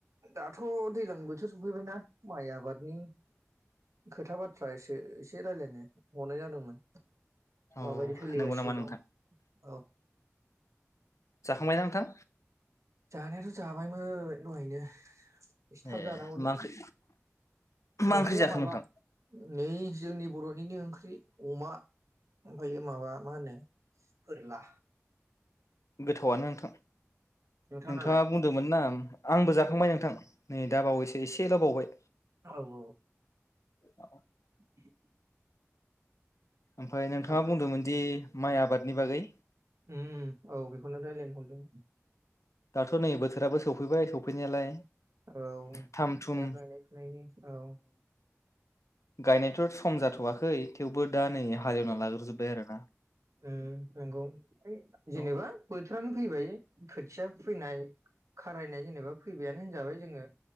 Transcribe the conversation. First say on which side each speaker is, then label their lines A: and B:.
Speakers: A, on the right; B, on the left.
A: दाथ' दैलां बोथोर सफैबायना माइ आबादनि खोथा बाथ्रा एसे एसे रायलायनो हनाय जादोंमोन।
B: औ
A: माबायदि सोलिगासिनो
B: नंगौ नामा नोंथां
A: दं औ
B: जाखांबाय ना नोंथां?
A: जानायाथ' जाबायमोन दहायनो। एसे थाब
B: ए
A: जानांगौलै
B: मा ओंख्रि? मा
A: ओंख्रिया
B: ओंख्रि जाखो
A: माबा
B: नोंथां?
A: नै जोंनि बर'निनो ओंख्रि अमा ओमफ्रायो माबा मा होनो? फोरला।
B: गोथावानो नोंथां।
A: नोंथांनालाय
B: नोंथाङा बुंदोंमोन ना आंबो जाखांबाय नोंथां। नै दा बावैसो एसेल' बावबाय।
A: औ औ।
B: <inaudible>
A: <inaudible>
B: ओमफ्राय नोंथाङा
A: ओमफाय
B: बुंदोंमोन दि माइ आबाद नि बागै
A: उम औ बे खौनो रायलायनो हरदोंमोन।
B: दाथ' नै बोथोराबो सौफैबाय सौफैनायालाय।
A: औ
B: थाम थुम
A: दा गायनाय फुनायनि औ
B: गायनायथ' सम जाथ'आखै थेवबो दा नै हालेवना लाग्रोजोब्बाय आरोना
A: ओ नंगौ ओइ जेनेबा
B: औ
A: बोथोरानो फैबाय। खो थिया फैनाय खारायनाय जेनेबा फैबायानो होनजाबाय जोङो।